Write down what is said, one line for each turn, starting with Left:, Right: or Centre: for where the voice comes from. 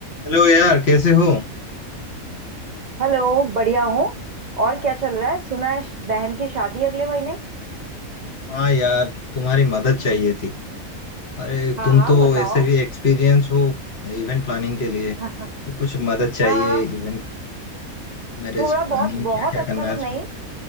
Left: Hello यार कैसे हो
Right: हेलो बढ़िया हूँ और क्या चल रहा है सुना है श- बहन की शादी अगले महीने
Left: हाँ यार तुम्हारी मदद चाहिए थी अरे
Right: हाँ
Left: तुम
Right: हाँ
Left: तो
Right: बताओ
Left: ऐसे भी एक्सपीरियंस हो इवेंट प्लानिंग के लिए
Right: <laughs> हाँ हाँ
Left: तो कुछ मदद चाहिए
Right: हाँ,
Left: इवेंट मैरिज
Right: थोड़ा
Left: प्लानिंग
Right: बहुत बहुत
Left: क्या क्या
Right: अच्छा
Left: करना
Right: तो
Left: है इसमें
Right: नहीं